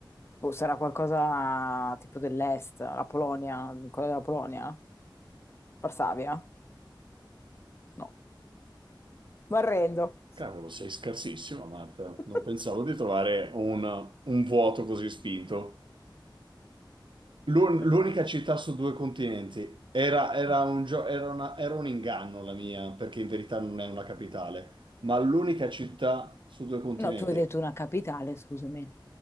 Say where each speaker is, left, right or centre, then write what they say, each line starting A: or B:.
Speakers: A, on the left; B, on the right.
A: Boh, sarà qualcosa tipo dell'est, la Polonia, quella della Polonia? Varsavia? No. Mi arrendo.
B: Cavolo, sei scarsissimo, Marta.
A: <laughs>
B: Non pensavo di trovare un, un vuoto così spinto. L'un-
A: Perdonami.
B: L'unica città su due continenti era, era
A: Eh.
B: un gio- era una- era un inganno la mia, perché in verità non è una capitale, ma l'unica città su due continenti.
A: No, tu hai detto una capitale, scusami.